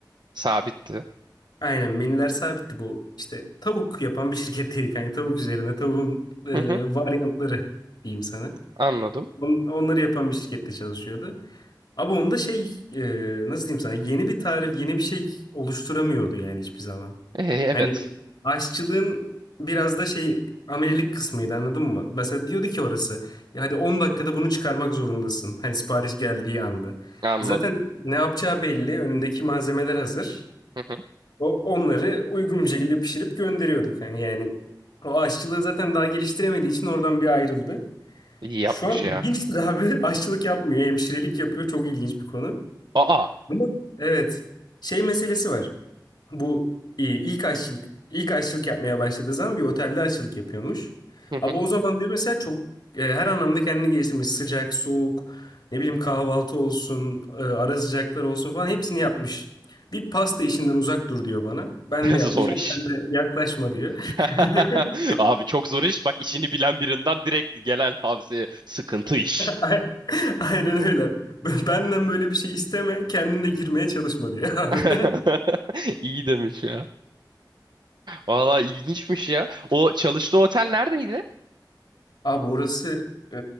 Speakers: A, on the right; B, on the left.
A: Sabitti.
B: Aynen menüler sabitti bu. İşte tavuk yapan bir şirketteydi kanka. Tavuk üzerine tavuğun e,
A: Hı hı.
B: varyantları diyeyim sana.
A: Anladım.
B: On- onları yapan bir şirkette çalışıyordu. Abi onda şey e, nasıl diyeyim sana yeni bir tarif yeni bir şey oluşturamıyordu yani hiçbir zaman.
A: E, evet.
B: Hani aşçılığın biraz da şey amelilik kısmıydı anladın mı? Mesela diyordu ki orası ya hadi 10 dakikada bunu çıkarmak zorundasın. Hani sipariş geldiği anda.
A: Anladım.
B: E zaten ne yapacağı belli. Önündeki malzemeler hazır.
A: Hı hı.
B: O onları uygun bir şekilde pişirip gönderiyorduk. Yani, yani o aşçılığı zaten daha geliştiremediği için oradan bir ayrıldı.
A: İyi yapmış
B: Şu an
A: ya.
B: ilginçtir abi. <laughs> Aşçılık yapmıyor. Hemşirelik yapıyor. Çok ilginç bir konu.
A: Aa.
B: Ama evet. Şey meselesi var. Bu e, ilk aşçılık ilk aşçılık yapmaya başladığı zaman bir otelde aşçılık yapıyormuş.
A: Hı
B: Ama
A: hı.
B: o zaman diyor mesela çok e, her anlamda kendini geliştirmiş. Sıcak, soğuk, ne bileyim kahvaltı olsun, e, ara sıcaklar olsun falan hepsini yapmış. Bir pasta işinden uzak dur diyor bana. Ben
A: <laughs>
B: de yapmayacağım,
A: Zor iş.
B: sen de yaklaşma diyor.
A: <laughs>
B: <laughs>
A: Abi çok zor iş. Bak işini bilen birinden direkt gelen tavsiye sıkıntı iş.
B: Ay- Aynen öyle. B- Benden böyle bir şey isteme, kendin de girmeye çalışma diyor abi.
A: <laughs> İyi demiş ya. Valla ilginçmiş ya. O çalıştığı otel neredeydi?
B: <laughs> Abi orası e,